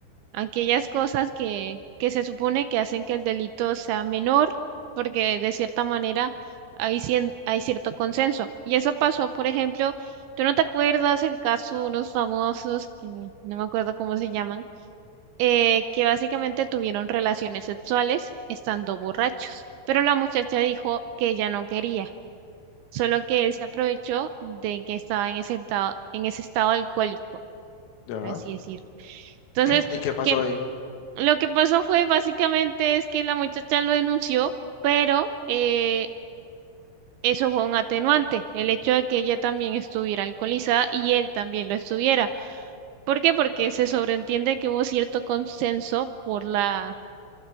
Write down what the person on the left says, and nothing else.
Ya.
<clears throat> ¿Y qué pasó
ahí?